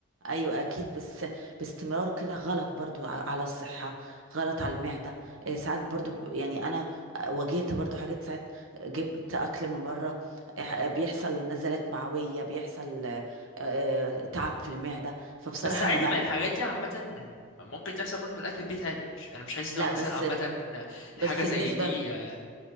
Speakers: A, on the right (about 70°); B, on the left (about 65°).
A: ايوه اكيد بس باستمرار كده غلط برضو ع- على الصحه غلط على المعده إيه ساعات برضو ب- يعني انا واجهت برضو حاجات ساعات جبت اكل من بره إيه ح- بيحصل نزلات معويه بيحصل آه، آه، تعب في المعده فبصراحه
B: بس عادي
A: انا بقلق
B: ما الحاجات دي عامه من ممكن تحصل برضه من الاكل البيت عادي مش انا مش حاسس
A: لا
B: ان هو مثلا
A: بس
B: عامه
A: بس
B: حاجه زي
A: النسبه
B: دي آه،